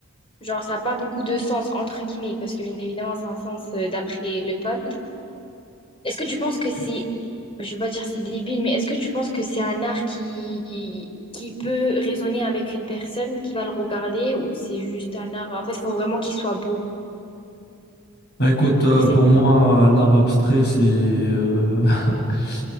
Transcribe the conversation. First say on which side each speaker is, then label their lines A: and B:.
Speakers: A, on the left; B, on the left.
A: genre, ça n'a pas beaucoup de sens, entre guillemets, parce que bien évidemment, c'est un sens euh, d'après le peintre, est-ce que tu penses que c'est, je veux pas dire c'est débile, mais est-ce que tu penses que c'est un art qui, qui peut résonner avec une personne qui va le regarder ou c'est juste un art, en fait, il faut vraiment qu'il soit beau?
B: Bah, écoute, euh,
A: Je
B: pour
A: sais
B: moi, l'art abstrait, c'est euh, <laughs>